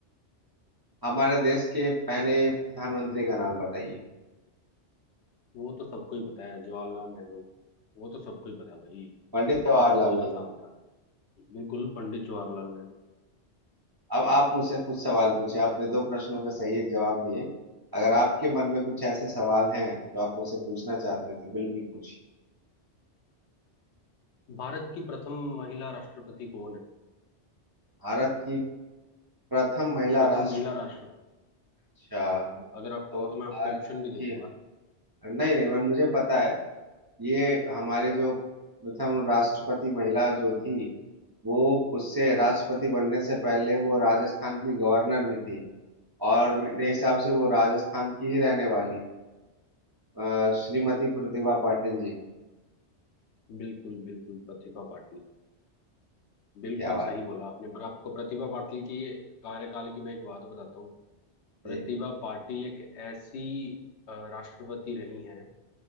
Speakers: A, on the right; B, on the left.
A: हमारे देश के पहले प्रधानमंत्री का नाम बताइए
B: वो तो सबको ही पता है जवाहरलाल नेहरू वो तो सबको ही पता है भाई
A: पंडित जवाहरलाल
B: ये तो बहुत
A: नेहरू
B: आसान था बिल्कुल पंडित जवाहरलाल नेहरू
A: अब आप मुझसे कुछ सवाल पूछे आपने दो प्रश्नों के सही जवाब दिए अगर आपके मन में कुछ ऐसे सवाल हैं जो आप मुझसे पूछना चाहते हैं तो बिल्कुल पूछिए
B: भारत की प्रथम महिला राष्ट्रपति कौन है
A: भारत की प्रथम महिला
B: प्रथम
A: राष्ट्रपति
B: महिला राष्ट्र
A: अच्छा
B: अगर आप
A: तो
B: कहो तो
A: भारत
B: मैं आपको ऑप्शन भी दे
A: की
B: दूंगा
A: नहीं नहीं मैं मुझे पता है ये हमारे जो प्रथम राष्ट्रपति महिला जो थी वो उससे राष्ट्रपति बनने से पहले वो राजस्थान की गवर्नर भी थी और मेरे हिसाब से वो राजस्थान की ही रहने वाली अ, श्रीमती प्रतिभा पाटिल जी
B: बिल्कुल बिल्कुल प्रतिभा पाटिल बिल्कुल
A: क्या बात
B: सही बोला आपने पर आपको प्रतिभा पाटिल की कार्यकाल की मैं एक बात बताता हूँ प्रतिभा
A: जी
B: पाटिल एक ऐसी अ, राष्ट्रपति रही हैं